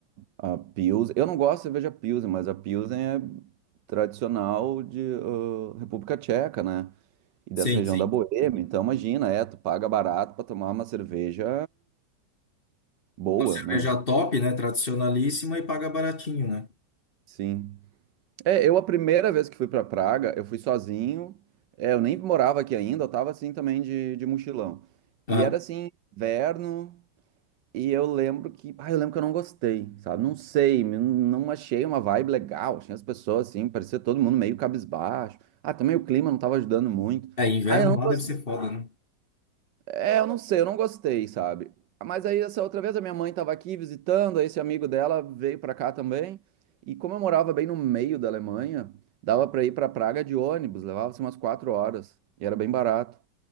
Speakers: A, on the right (about 70°); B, on the left (about 30°).
A: a, a Pilsen, eu não gosto de cerveja Pilsen, mas a Pilsen é tradicional de ah, República Tcheca, né, e
B: Sim,
A: dessa região
B: sim.
A: da Boêmia, então imagina, é, tu paga barato pra tomar uma cerveja boa,
B: Uma cerveja
A: né,
B: top, né? Tradicionalíssima e paga baratinho, né?
A: sim. É, eu a primeira vez que fui pra Praga, eu fui sozinho, é, eu nem morava aqui ainda, eu tava assim também de, de mochilão,
B: Aham.
A: e era assim, inverno... E eu lembro que, ah, eu lembro que eu não gostei, sabe? Não sei, me- não achei uma vibe legal. Tinha as pessoas assim, parecia todo mundo meio cabisbaixo. Ah, também o clima não estava ajudando muito.
B: É, inverno
A: Ah, eu não
B: lá
A: gostei.
B: deve ser foda, né?
A: É, eu não sei, eu não gostei, sabe? Mas aí essa outra vez a minha mãe estava aqui visitando, aí esse amigo dela veio para cá também. E como eu morava bem no meio da Alemanha, dava para ir para Praga de ônibus, levava-se umas quatro horas e era bem barato.